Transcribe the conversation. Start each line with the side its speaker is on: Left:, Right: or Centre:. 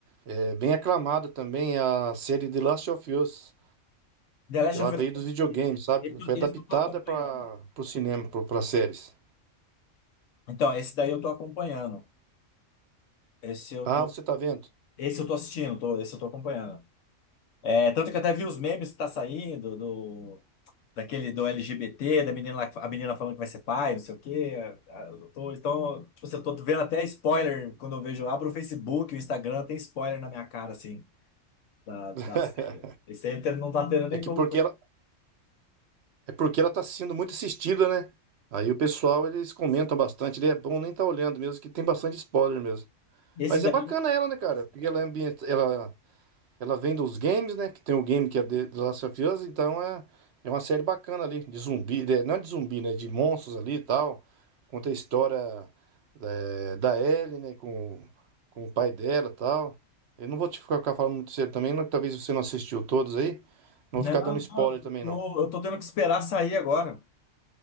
Right: é, bem aclamada também, é a série The Last of Us.
Left: The Last
Right: Ela
Left: of
Right: veio
Left: Us,
Right: dos
Left: é assim,
Right: videogames, sabe?
Left: esse,
Right: Foi
Left: esse
Right: adaptada
Left: eu tô acompanhando.
Right: para o cinema, para séries.
Left: Então, esse daí eu tô acompanhando. Esse eu
Right: Ah,
Left: tô,
Right: você tá vendo?
Left: esse eu tô assistindo, tô- esse eu tô acompanhando. É, tanto que até vi os memes que tá saindo do, daquele do LGBT, da menina lá, que- a menina falando que vai ser pai, não sei o quê. Ah, eu tô- então, tipo, assim, eu tô vendo até spoiler quando eu vejo, eu abro o Facebook, o Instagram, tem spoiler na minha cara, assim, da, da
Right: <laughs>
Left: série. Esse aí até não tá tendo nem
Right: É que
Left: como.
Right: porque ela, É porque ela está sendo muito assistida, né? Aí o pessoal, eles comentam bastante, daí é bom nem estar olhando mesmo, que tem bastante spoiler mesmo.
Left: Esse
Right: Mas
Left: daí,
Right: é bacana
Left: eu-
Right: ela, né, cara? Porque ela é ambiente, ela, ela vem dos games, né? Que tem o game que é The The Last of Us, então é, é uma série bacana ali, de zumbi, de- não é de zumbi, né? De monstros ali e tal. Conta a história é, da Ellie, né? Com, com o pai dela e tal. Eu não vou te ficar ficar falando muito cedo também, não, que talvez você não assistiu todos aí. Não
Left: não,
Right: vou ficar dando spoiler
Left: não, eu
Right: também,
Left: tô,
Right: não.
Left: eu tô tendo que esperar sair agora.